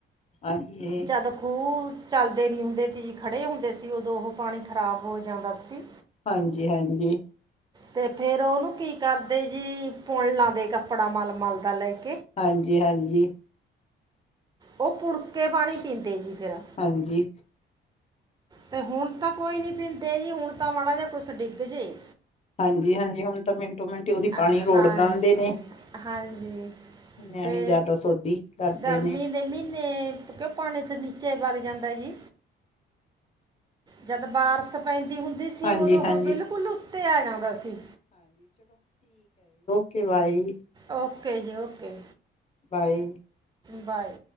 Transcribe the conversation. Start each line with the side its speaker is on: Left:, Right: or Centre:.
Left: ਹਾਂਜੀ
Right: ਜਦ ਖੂਹ ਚਲਦੇ ਨੀ ਹੁੰਦੇ ਸੀ ਜੀ, ਖੜੇ ਹੁੰਦੇ ਸੀ, ਉਦੋ ਉਹ ਪਾਣੀ ਖਰਾਬ ਹੋ ਜਾਂਦਾ ਸੀ।
Left: ਹਾਂਜੀ-ਹਾਂਜੀ
Right: ਤੇ ਫੇਰ ਉਹਨੂੰ ਕੀ ਕਰਦੇ ਜੀ? ਪੁਣ ਲੈਂਦੇ ਕੱਪੜਾ ਮਲ ਮਲ ਦਾ ਲੈ ਕੇ।
Left: ਹਾਂਜੀ-ਹਾਂਜੀ
Right: ਉਹ ਪੁਣ ਕੇ ਪਾਣੀ ਪੀਂਦੇ ਜੀ। ਫਿਰ
Left: ਹਾਂਜੀ
Right: ਤੇ ਹੁਣ ਤਾਂ ਕੋਈ ਨੀ ਪੀਂਦੇ ਜੀ, ਹੁਣ ਤਾਂ ਮਾੜਾ ਜਿਹਾ ਕੁੱਛ ਡਿੱਗ ਜੇ।
Left: ਹਾਂਜੀ-ਹਾਂਜੀ ਹੁਨ ਤੇ ਮਿੰਟ ਹੀ ਉਹਦੀ
Right: ਆ
Left: ਪਾਣੀ ਰੋੜ
Right: ਹਾਂਜੀ-ਹਾਂਜੀ
Left: ਦਿੰਦੇ ਨੇ ਨਿਆਣੇ
Right: ਤੇ
Left: ਜ਼ਿਆਦਾ ਸੋਧੀ ਕਰਦੇ
Right: ਗਰਮੀ
Left: ਨੇ
Right: ਦੇ ਮਹੀਨੇ ਕਿਵੇਂ ਪਾਣੀ ਦੇ ਨੀਚੇ ਵੱਗ ਜਾਂਦੇ ਨੇ <unintelligible> ਜੀ ਜਦ ਬਾਰਿਸ਼ ਪੈਂਦੀ ਹੁੰਦੀ ਸੀ,
Left: ਹਾਂਜੀ
Right: ਉਹਦੋ ਉਹ
Left: ਹਾਂਜੀ
Right: ਬਿਲਕੁਲਹੀ ਉੱਤੇ ਆ ਜਾਂਦਾ ਸੀ।
Left: ਕੇ ਬਾਈ
Right: ਓਕੇ ਜੀ ਓਕੇ।
Left: Bye
Right: bye